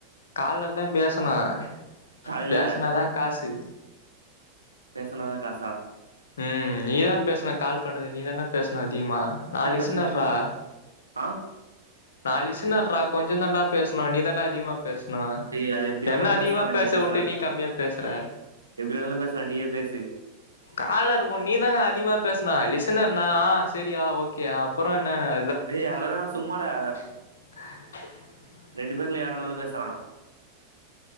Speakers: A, on the left; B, on the right.
A: காலர் தான் பேசனும்
B: காலைல
A: பேசுனா தான் காசு
B: பேசுனாதா காசா
A: ம் நீதான் பேசனும் கால் பண்ணது நீ தானே பேசனும் அதிகமா நா
B: என்ன
A: லிசனர்ரா
B: பேசுறது ஆ
A: நா லிசனர்ரா கொஞ்ச தண்டா பேசணும் நீ தண்டா அதிகமா பேசனும்
B: டேய் அது எப்டி வேணாலு
A: என்ன அதிகமா
B: பேசலான்டா
A: பேச
B: நீ பேசுறா
A: வுட்ட நீ கம்மியா பேசுற
B: எப்டி வேணாலும் பேசலாம் நீயே பேசு
A: காலர் உ நீ தான் அதிகமா பேசனு லிசனர்னா ஆ ‌‌ஆ சரியா ஓகோ ஆ அப்பறோ என்ன வே
B: டே அதனா சும்மாடா
A: ஆஹ்
B: ரெண்டு பேர்ல யாரு வேனுநாளும் பேசலாம்